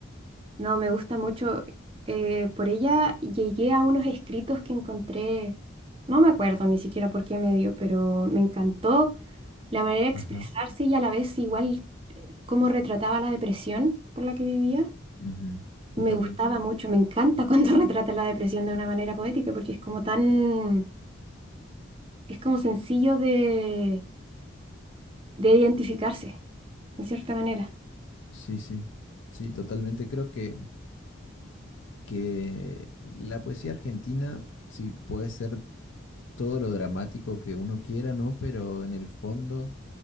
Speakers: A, on the right; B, on the left.
A: No, me gusta mucho. eh, por ella llegué a unos escritos que encontré, no me acuerdo ni siquiera por qué medio, pero me encantó la manera de expresarse
B: Ajá,
A: y a la vez igual cómo retrataba la depresión por la que vivía.
B: ujú,
A: Me
B: totalmente.
A: gustaba mucho, me encanta cuando <laughs> retrata la depresión de una manera poética porque es como tan, es como sencillo de, de identificarse, de cierta manera.
B: Sí, sí, sí, totalmente. Creo que, que la poesía argentina sí puede ser todo lo dramático que uno quiera, ¿no? Pero en el fondo